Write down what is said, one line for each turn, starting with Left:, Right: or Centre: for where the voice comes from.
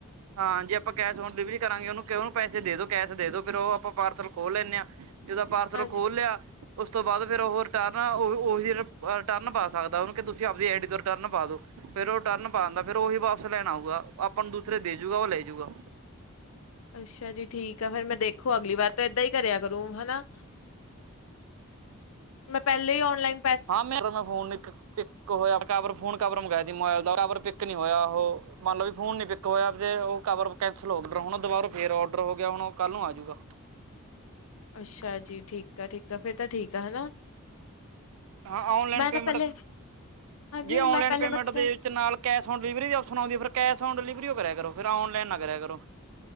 Right: ਹਾਂ ਜੇ ਆਪਾਂ ਕੈਸ਼ ਓਨ ਡਿਲੀਵਰੀ ਕਰਾਂਗੇ ਉਹਨੂੰ ਪੈਸੇ ਦੇ ਦੋ ਕੈਸ਼ ਦੇ ਦੋ ਫੇਰ ਉਹ ਆਪਾਂ ਪਾਰਸਲ ਖੋਲ ਲੈਂਦੇ ਹਾਂ, ਜਿੱਦੋ ਪਾਰਸਲ
Left: ਹਾਂਜੀ
Right: ਖੋਲ ਲਿਆ। ਉਸ ਤੋਂ ਬਾਅਦ ਫੇਰ ਉਹ ਰਿਟਰਨ ਉਹੀ ਰਿਟਰਨ ਪਾ ਸਕਦਾ ਉਹਨੂੰ ਕਿ ਤੁਸੀਂ ਆਪਦੀ ਐਡੀ ਤੋਂ ਰਿਟਰਨ ਪਾ ਦੋ। ਫੇਰ ਉਹ ਰਿਟਰਨ ਪਾ ਦਿੰਦਾ ਫੇਰ ਉਹੀ ਵਾਪਸ ਲੈਣਾ ਆਊਗਾ ਆਪਾਂ ਦੂਸਰੇ ਦੇਜੂਗਾ ਉਹ ਲੈਜੂਗਾ।
Left: ਅੱਛਾ ਜੀ ਠੀਕ ਆ ਫੇਰ ਮੈਂ ਦੇਖੋ ਅਗਲੀ ਵਾਰ ਤਾਂ ਏਦਾਂ ਹੀ ਕਰਿਆ ਕਰੂੰ ਹਨਾ, ਮੈਂ ਪਹਿਲੇ ਈ ੳਨਲਾਈਨ,
Right: ਹਾਂ ਮੇਰਾ ਮੈਂ ਫੋਨ ਇੱਕ, ਇੱਕ ਹੋਇਆ ਕਵਰ ਫੋਨ ਕਵਰ ਮੰਗਵਾਇਆ ਸੀ ਮੋਬਾਇਲ ਦਾ ਕਾਵਰ ਪਿਕ ਨਹੀਂ ਹੋਇਆ ਉਹ, ਮੰਨ ਲਓ ਵੀ ਫੋਨ ਨੀ ਪਿਕ ਹੋਇਆ ਉਹ ਕਵਰ ਕੈਂਸਲ ਹੋਊ ਹੁਣ ਦੁਬਾਰਾ ਫੇਰ ਔਡਰ ਹੋ ਗਿਆ ਹੁਣ ਉਹ ਕੱਲ ਨੂੰ ਆਜੂਗਾ,
Left: ਅੱਛਾ ਜੀ, ਠੀਕ ਆ ਠੀਕ ਆ ਫੇਰ ਤਾਂ ਠੀਕ ਆ ਹਨਾ।
Right: ਹਾਂ ਔਨਲਾਈਨ
Left: ਮੈਂ
Right: ਪੇਮੈਂਟ
Left: ਨਾ ਪਹਿਲੇ ਹਾਂਜੀ
Right: ਜੇ ਔਨਲਾਈਨ
Left: ਮੈਂ ਪਹਿਲੇ
Right: ਪੇਮੈਂਟ
Left: ਮਤਲਬ
Right: ਦੇ ਵਿੱਚ ਨਾਲ, ਕੈਸ਼ ਅੋਨ ਡਿਲੀਵਰੀ ਦੀ ਆਪਸ਼ਨ ਆਂਦੀ ਫੇਰ ਕੈਸ਼ ਔਨ ਡਲੀਵਰੀ ਉਹ ਕਰਿਆ ਕਰੋ ਫਿਰ ਔਨਲਾਈ ਨਾ ਕਰਿਆ ਕਰੋ।